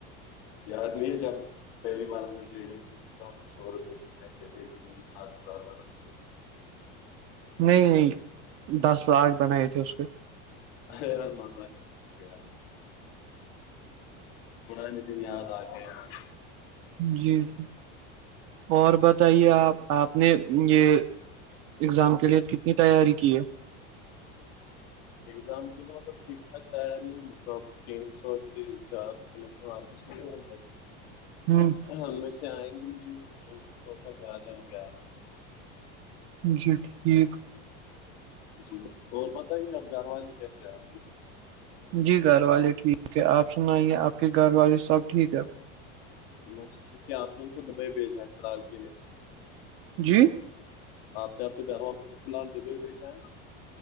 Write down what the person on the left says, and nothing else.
یار نہیں جب پہلی بار ہم نے ٹریڈنگ کی تھی تو ہم نے سو روپے کو کیسے لے کے ساتھ ہزار بنائے تھے
ارے یار مزہ آتا تھا یار پرانے دن یاد اگئے اج
اگزام کی لیے مطلب ٹھیک ٹھاک تیاری مطلب تین سو سے چار سو میں مارکس سے لگ بگ
ان میں سے آئیں گے مجھے سو تک آ جائیں گے آرام سے
جی اور بتائیے آپ گھر والے کیسے ہیں آپ کے
بس ٹھیک ہے آپ نے ان کو دبئی بھیجا ہے فی الحال کے لیے نا
آپ نے اپنے گھر والوں کو فی الال دبئی بھیجنا ہے نا